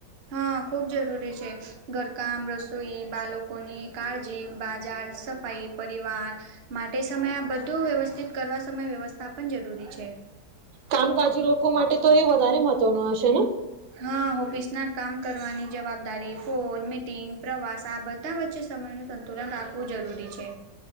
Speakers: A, on the right; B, on the right.
A: હા ખૂબ જરૂરી છે. ઘરકામ રસોઈ બાળકોની કાળજી બાજાર સફાાઈ પરિવાર માટે સમયે આ બધું વ્યવસ્થિત કરવા સમય વ્યવસ્થા પણન જરૂરી છે.
B: કામકાજી લોકો માટે તો એ વધારે મહત્વ ન હશે ને
A: હા ઓફિસ ના કામ કરવાની જવાબદારી ફોન મીટિંગ પ્રવાસ આ બધા વચ્ચે સમયનું સંતુલન રાખવું જરૂરી છે.